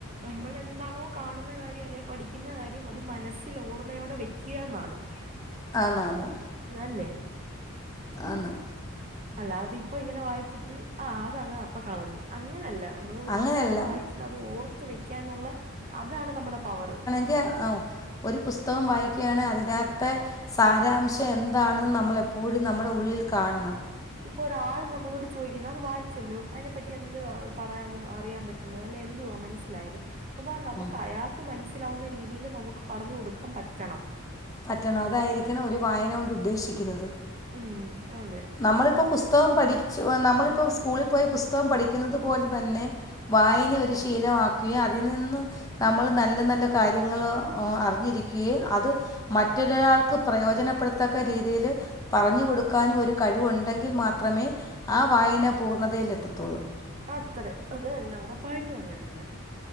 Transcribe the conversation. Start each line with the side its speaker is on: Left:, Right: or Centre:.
Right: നമ്മൾ എന്താണോ കാണുന്ന കാര്യം അല്ലെ പഠിക്കുന്ന കാര്യം അത് മനസ്സിൽ ഓർമ്മയോടെ വെക്കുയ ന്നാണ്
Left: <unintelligible> ആ ന്നാ ന്ന്
Right: ഞാ അല്ലേ.
Left: ആണ്
Right: അല്ലാതെ ഇപ്പ ഇങ്ങന വായിച്ചിട്ട് ആ അതങ്ങ് അപ്പ കളഞ്ഞ്. അങ്ങനെയല്ല നമ്മള്
Left: അങ്ങനെയല്ല
Right: എന്താണോ വായിച്ചത് അത് ഓർത്ത് വെക്കാനുള്ള അതാണ് നമ്മുടെ പവറ്
Left: തിയ അത് ഒരു പുസ്തകം വായിക്കുകയാണെങ്ക അതിനകത്തെ സാരാംശം എന്താണെന്ന് നമ്മളെ പ്പോഴും നമ്മട ഉള്ളിൽ കാണണം.
Right: ഇപ്പൊ ഒരാള് നമ്മളോട് ചോദിക്കുന്നു അത് വായിച്ചല്ലോ അയിനെപ്പറ്റി എന്ത് പറയാൻ അറിയാൻ പ അല്ല എന്തുവാ മനസ്സിലായത് കുമ്പ നമുക്ക്
Left: ഉം
Right: അയാക്ക് മനസ്സിലാവുന്ന രീതീല് നമുക്ക് പറഞ്ഞു കൊടുക്കാൻ പറ്റണം.
Left: പറ്റണം അതായിരിക്കണം ഒരു വായന കൊണ്ട് ഉദ്ദേശിക്കുന്നത്.
Right: ഉം അതെ
Left: നമ്മളിപ്പോ പുസ്തകം പഠിച്ച് നമ്മളിപ്പോ സ്കൂളി പോയി പുസ്തകം പഠിക്കുന്നത് പോലെ തന്നെ വായന ഒരു ശീലമാക്കുകയും അതിൽ നിന്ന് നമ്മള് നല്ല നല്ല കാര്യങ്ങള് അറിഞ്ഞിരിക്യേ അത് മറ്റൊരാൾക്ക് പ്രയോജനപ്പെടുത്തക്ക രീതിയില് പറഞ്ഞു കൊടുക്കാനും. ഒരു കഴിവുണ്ടെങ്കിൽ മാത്രമേ ആ വായന പൂർണ്ണതയിലെത്തത്തുള്ളൂ
Right: അത്രം അത് തന്ന ഉറപ്പായിട്ടും അങ്ങനെ തന്നാ.